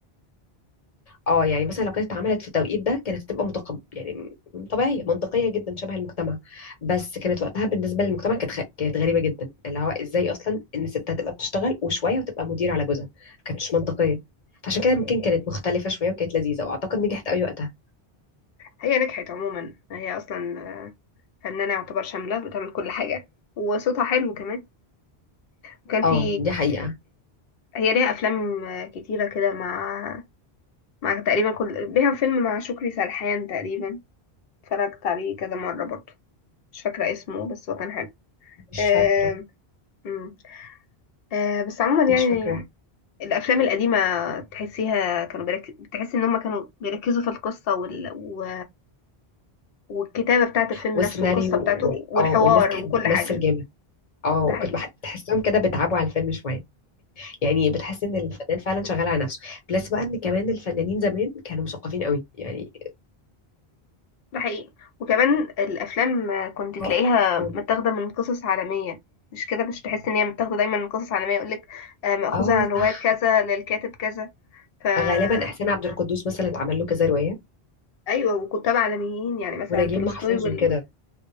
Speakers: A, on the left; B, on the left.
A: اه يعني مثلا لو كانت اتعملت في التوقيت ده كانت هتبقى متقب يعني م- طبيعيه منطقيه جدا شبه المجتمع بس كانت وقتها بالنسبه للمجتمع كانت خ... كانت غريبه جدا اللي هو ازاي اصلا ان الست هتبقى بتشتغل وشويه وتبقى مدير على جوزها ما كانتش منطقيه فعشان كده يمكن كانت مختلفه شويه وكانت لذيذه واعتقد نجحت قوي وقتها
B: هي نجحت عموما هي اصلا آه، فنانة يعتبر شاملة بتعمل كل حاجة وصوتها حلو كمان وكان
A: اه
B: في
A: دي حقيقه
B: هي ليها افلام كتيره كده مع مع تقريبا كل ليها فيلم مع شكري سرحان تقريبا اتفرجت عليه كذا مره برضو مش فاكره اسمه بس هو كان حلو
A: مش
B: آه...
A: فاكره
B: مم. آه... بس عموما
A: مش
B: يعني
A: فاكره
B: الافلام القديمه تحسيها كانوا بيرك... بتحس ان هم كانوا بيركزوا في القصه وال... و... والكتابه بتاعه الفيلم
A: والسيناريو
B: نفسه والقصه بتاعته
A: وال...
B: والحوار
A: اه والناس كانت
B: وكل
A: بتمثل
B: حاجه
A: جامد اه
B: ده
A: وكنت
B: حقيقي
A: بح- بتحسهم كده بيتعبوا على الفيلم شويه يعني بتحس ان الفنان فعلا شغال على نفسه بلس بقى ان كمان الفنانين زمان كانوا مثقفين قوي يعني
B: ده حقيقي وكمان الافلام كنت تلاقيها
A: آه، قول
B: متاخده من قصص عالميه مش كده مش تحس ان هي متاخده دايما من قصص عالميه يقولك آه، مأخوذه
A: اه
B: عن روايه
A: صح
B: كذا للكاتب كذا فا
A: غالبا احسان عبد القدوس مثلا اتعمل له كذا روايه
B: ايوه وكتاب عالميين يعني مثلا
A: ونجيب
B: تولستوي
A: محفوظ
B: وال...
A: وكده